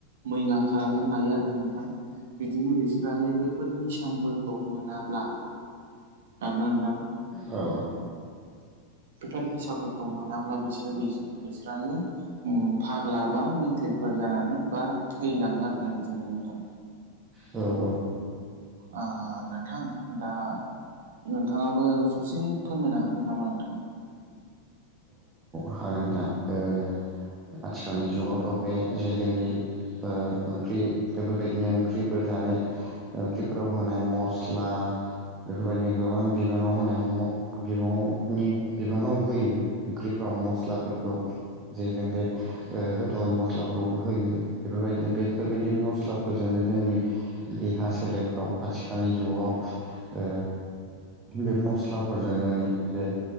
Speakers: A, on the right; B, on the right.
A: मैला खालामनानै लायो आरोना नोंथां बिदिनो बिसोरा ओइ बैफोर निसाफोरखौ मोनाब्ला खोनादोना नोंथां?
B: औ
A: बेफोर निसाफोरखौ मोनाब्ला बिस्रोरो बिस्रा-बिस्रानि फाग्ला बा मेनटेन फोर जानानै बा थैलाङो आरोना बिदिनो नोंथां
B: औ
A: ओ नोंथां दा नोंथाङाबो ससे फोरमायनो हागोन नामा नोंथां?
B: हागोन नोंथां ओ आथिखालनि जुगावथ बे जे जोंनि ओ ओंख्रि बेफोरबायदिनो ओंख्रिफोर जानाय ओंख्रिफोराव होनाय मस्ला बेफोरबायदिनो गोबां बिबाङाव होनाय म बिबाङावनि बिबाङाव होयो ओंख्रिफ्राव मस्लाफोरखौ जे जों बे ओ होथावि मस्लाफोरखौ होयो बेफोरबायदिनो बेफोरबायदि मस्लाफोरजोंनो जोंनि देहा सोलेरफ्राव आथिखालनि जुगाव ओ बे मस्लाफोरजों जोंनि बे